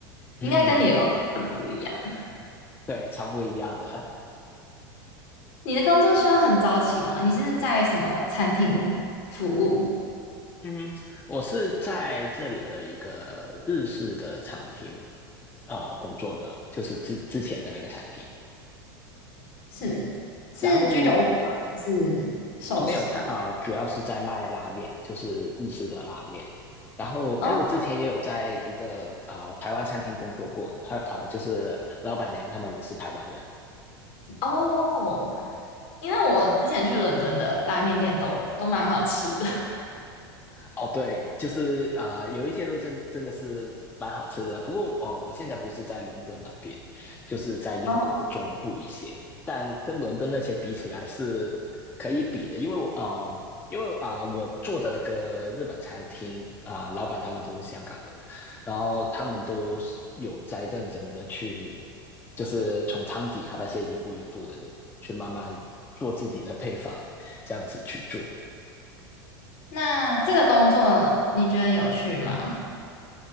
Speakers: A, on the left; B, on the left.
A: 嗯，
B: 应该跟你的工作很不一样。
A: 对，超不一样的。
B: 你的工作需要很早起吗？你是在什么餐厅服务？
A: 嗯，<laughs> 我是在这里的一个日式的餐厅呃工作的，就是之之前的那个餐厅。
B: 是是居酒屋吗？
A: 然后
B: 还是寿司？
A: 哦，没有，他啊、呃主要是在卖拉面，就是日式的拉面。然后哎，
B: 哦
A: 我之前也有在一个啊、呃台湾餐厅工作过，他啊、呃就是老板娘他们也是台湾人，
B: 哦，因为我之前去伦敦的拉面店都都蛮好吃的。<laughs>
A: 哦，对，就是啊、呃有一些路真真的是蛮好吃的。不过哦、呃我现在不是在伦敦那边，就是在英国的中部一些，
B: 哦，
A: 但跟伦敦那些比起来是可以比的，因为我啊、呃因为啊、呃我做的那个日本餐厅啊、呃老板他们都是香港人，然后他们都是有在认真的去，就是从汤底啊那些一步一步的去慢慢做自己的配方，这样子去做。
B: 那这个工作你觉得有趣吗？